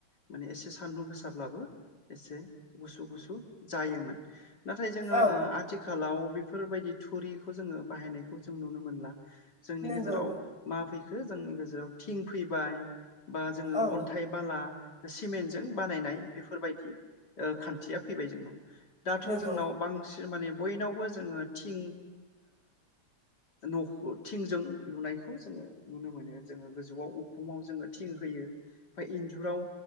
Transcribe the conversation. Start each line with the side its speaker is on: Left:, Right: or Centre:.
Left: माने एसे सान्दुं गोसाब्लाबो एसे गुसु गुसु जायोमोन। नाथाय जोङो
Centre: औ
Left: आथिखालाव बेफोरबायदि थुरिखौ जोङो बाहायनायखौ जों नुनो मोनला। जोंनि
Centre: नंगौ
Left: गेजेराव मा फैखो जोंनि गेजेराव थिं फैबाय बा जोङो
Centre: औ
Left: अन्थाइ बालाम बानायनाय बेफोरबायदि ओ खान्थिया फैबाय जोंनाव। दाथ'
Centre: नंगौ
Left: जोंनाव बांसिन माने बयनावबो जोङो थिं नखर थिंजों लुनायखौ जोङो नुनो मोनो जोङो गोजौआव उखुमाव जोङो थिं होयो ओमफ्राय इन्जुराव